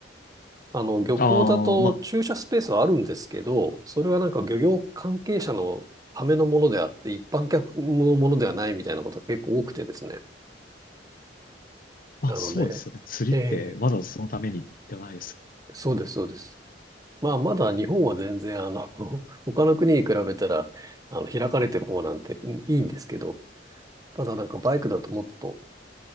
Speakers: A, on the right (about 20°); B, on the left (about 50°).
A: あの、漁港だと駐車スペースはあるんですけど、
B: ああ、まあ、
A: それはなんか漁業関係者のためのものであって、一般客のものではないみたいなことが結構多くてですね。
B: まあそうですよね。
A: なので、
B: 釣りってわざわざそのためにではないです。
A: ええ、そうです、そうです。まあ、まだ日本は全然、あの、<laughs> 他の国に比べたら、あの、開かれてる方なんてうんいいんですけど、ただなんかバイクだともっと